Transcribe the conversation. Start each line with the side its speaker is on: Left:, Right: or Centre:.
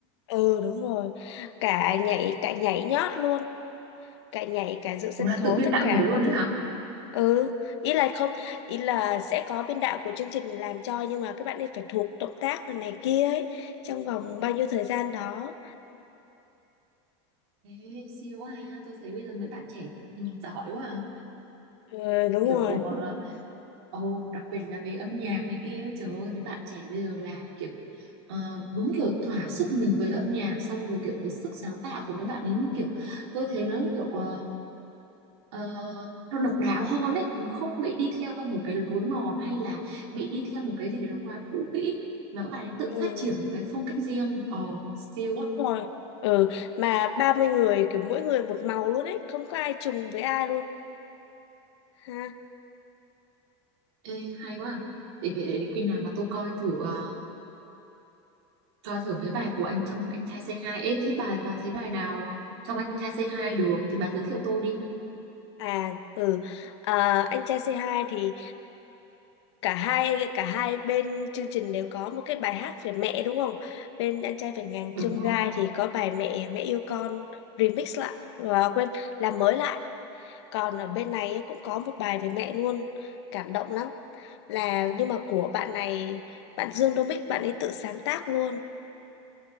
Left: ừ đúng rồi. Cả nhảy cả nhảy nhót luôn. cả nhảy cả dự sân
Right: Ủa là
Left: khấu
Right: tự biên
Left: tất
Right: đạo
Left: cả
Right: nhảy luôn
Left: mọi
Right: đấy
Left: thứ
Right: hả?
Left: ừ ý là không ý là sẽ có biên đạo của chương trình làm cho nhưng mà các bạn ấy phải thuộc động tác này, này kia ấy trong vòng bao nhiêu thời gian đó
Right: Ê, siêu quá ha, tôi thấy bây giờ mấy bạn trẻ ừ, giỏi quá à.
Left: ừ, đúng
Right: kiểu
Left: rồi
Right: là Ồ, đặc biệt là về âm nhạc này kia ấy, trời ơi mấy bạn trẻ bây giờ làm kiểu ờ, đúng kiểu thỏa sức mình với âm nhạc xong rồi kiểu cái sức sáng tạo của mấy bạn ấy kiểu tôi thấy nó kiểu ờ, ờ, nó độc đáo hơn ấy nó không bị đi theo một cái lối mòn hay là bị đi theo một cái gì đấy nó quá cũ kỹ mà các bạn ấy tự
Left: ừ,
Right: phát triển một cái phong cách riêng ồ siêu á
Left: đúng rồi ừ mà 30 người kiểu mỗi người một màu luôn ấy không có ai trùng với ai luôn ha
Right: Ê, hay quá à. để, để, để, để khi nào mà tôi coi thử ờ, coi thử mấy bài của anh trong anh trai C2 ấy thế bà bà thấy bài nào trong anh trai C2 được thì bà giới thiệu tôi đi
Left: à ừ à, anh trai c hai thì cả hai cả hai bên chương trình đều có một cái bài hát về mẹ đúng không? Bên anh trai vượt ngàn
Right: đúng
Left: chông
Right: rồi
Left: gai thì có bài mẹ mẹ yêu con remix lại và quên làm mới lại. Còn ở bên này ấy cũng có một bài về mẹ luôn, cảm động lắm. Là nhưng mà của bạn này, bạn Dương Đô Mích bạn ấy tự sáng tác luôn.